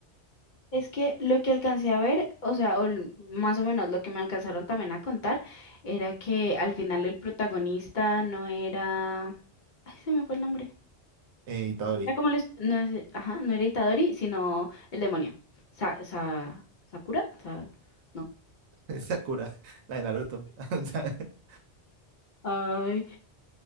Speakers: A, on the left (about 50°); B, on the right (about 80°).
A: Es que lo que alcancé a ver, o sea, o l- más o menos lo que me alcanzaron también a contar, era que al final el protagonista no era... Ay, se me fue el nombre.
B: Eh, Itadori,
A: Era como el... est- No es- Ajá, no era Itadori, sino el demonio. Sa- sa- ¿Sakura? Sa- No.
B: <laughs> Sakura, la de Naruto. <laughs>
A: Ay,